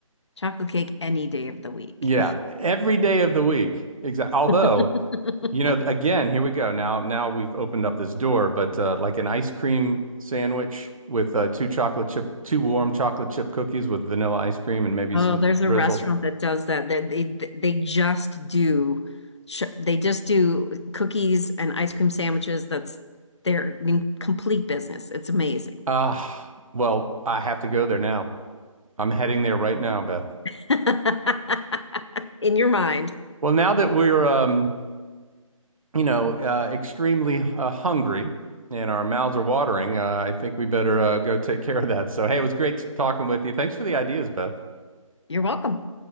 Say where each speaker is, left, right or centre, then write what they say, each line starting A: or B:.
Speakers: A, on the left; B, on the right.
A: Chocolate cake any day of the week.
B: Yeah, every day of the week. Exactly. Although,
A: <laughs>
B: you know, again, here we go. Now, now we've opened up this door, but uh, like an ice cream sandwich with uh, two chocolate chip, two warm chocolate chip cookies with vanilla ice cream and maybe
A: Oh,
B: some
A: there's a
B: drizzle.
A: restaurant that does that. That they they they just do, sh- they just do cookies and ice cream sandwiches. That's their I mean, complete business. It's amazing.
B: Ah, well, I have to go there now. I'm heading there right now, Beth.
A: <laughs> in your mind.
B: Well, now that we're, um, you know, uh, extremely uh, hungry and our mouths are watering, uh, I think we better uh, go take care of that. So, hey, it was great talking with you. Thanks for the ideas, Beth.
A: You're welcome.